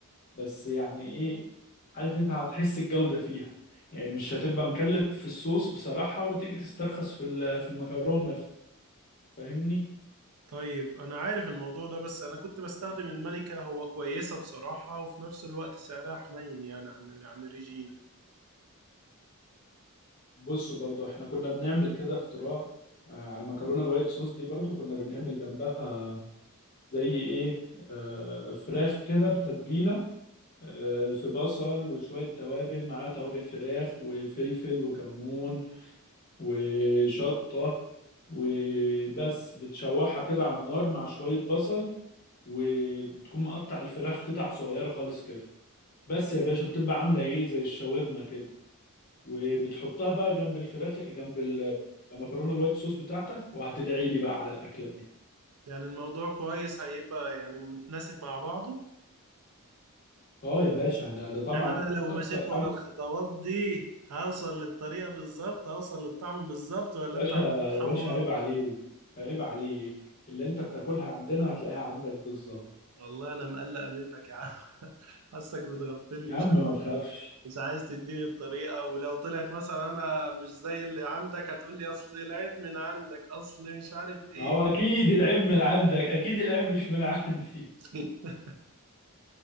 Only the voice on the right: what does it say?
طيب انا عارف الموضوع ده بس انا كنت بستخدم الملكه هو كويسه بصراحه وفي نفس الوقت سعرها حنين يعني عن عن ريجينا
يعني الموضوع كويس هيبقى يعني متناسب مع بعضه
يعني انا لو
مشيت ورا
الخطوات دي هوصل للطريقه بالظبط هوصل للطعم بالظبط ولا
انت
عمال
تحور
والله انا مقلق منك يا عم <laughs> حاسك بتغفلني
مش
عارف
مش عايز تديني الطريقة ولو طلعت مثلا انا مش زي اللي عندك هتقول لي اصل العيب من عندك اصل مش عارف ايه
<laughs>